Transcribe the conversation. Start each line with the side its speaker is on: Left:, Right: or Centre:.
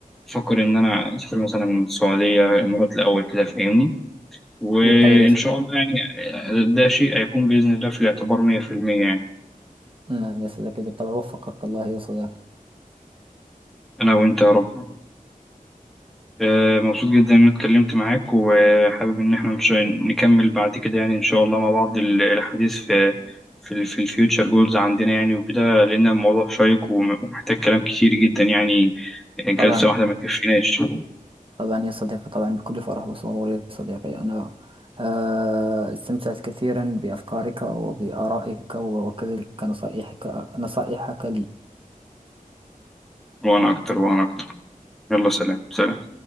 Centre: بفكر إن أنا أسافر مثلا من السعودية الإمارات الأول كده فاهمني وإن
Right: بالطبع يا صديقي
Centre: شاء الله يعني ده شيء هيكون بإذن الله في الاعتبار 100% يعني
Right: نعم يا صديقي بالطبع وفقك الله يا صديقي
Centre: أنا وأنت يا رب آه، مبسوط جدا إن أنا اتكلمت معاك وحابب إن إحنا مش نكمل بعد كده يعني إن شاء الله مع بعض ال- الحديث في في ال في الفيوتشر جولز عندنا يعني وكده لأن الموضوع شيق ومحتاج كلام كتير جدا يعني جلسة
Right: طبعا
Centre: واحدة ما تكفيناش
Right: طبعا يا صديقي طبعا بكل فرح وسرور يا صديقي أنا آه، استمتعت كثيرا بأفكارك وبآرائك وكذلك نصائحك نصائحك لي
Centre: وأنا أكتر وأنا أكتر يلا سلام سلام